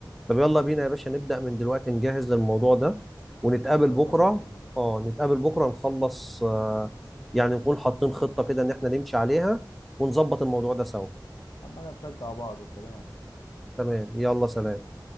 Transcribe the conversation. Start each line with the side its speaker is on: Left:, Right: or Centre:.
Centre: طب يلا بينا يا باشا نبدأ من دلوقتي نجهز للموضوع ده ونتقابل
Left: يلا
Centre: بكرة
Left: بينا ماشي
Centre: اه نتقابل بكرة نخلص آه، يعني نكون حاطين خطة كده ان احنا نمشي عليها ونظبط الموضوع ده سوا
Left: عمال نشجع بعض تمام
Centre: تمام يلا سلام